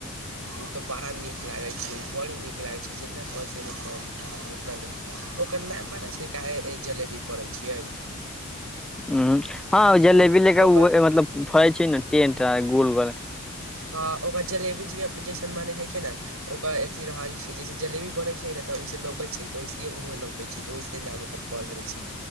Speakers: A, on the right; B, in the centre.
A: ओ त बड़ा नीक लागै छै बड़े नीक लागै छै, जितना कहैत छै सब उतना ओकर नाम बारे छै काहे जलेबी। करै छियै।
B: हु
A: ओकरा
B: हां जलेबी ले क मतलब फड़ै छै ने टेंट आ गोल गोल।
A: हां ओकर जलेबी जैसन माने है छै न ओकर अथि रहै छै। जैसे जलेबी बनै छै ने त ओइसे लौकै छै त वइसे ओहो लौकै छै त ओइसे नाम ओकर पड़ गेल छै